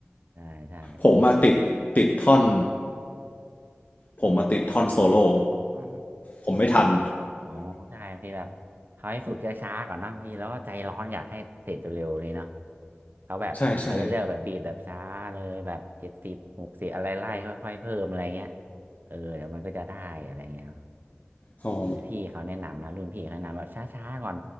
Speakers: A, on the right; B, on the left.
A: ใช่ใช่
B: ผมมาติดติดท่อนผมมาติดท่อนโซโล่
A: อ๋อ
B: ผมไม่ทัน
A: อ๋อใช่บางทีแบบเขาให้ฝึกช้าๆก่อนนะบางทีแล้วก็ใจร้อนอยากให้เสร็จเร็วๆเลยเนาะเขาแบบเขาจะเลือกแบบบีทแบบช้าเลยแบบเจ็ดสิบหกสิบอะไรไล่ค่อยๆเพิ่มอะไรเงี้ย
B: ใช่ใช่
A: เออเดี๋ยวมันก็จะได้อะไรเงี้ย
B: อ๋อ
A: เห็นนะพี่เขาแนะนำนะรุ่นพี่เขาแนะนำแบบช้าๆก่อน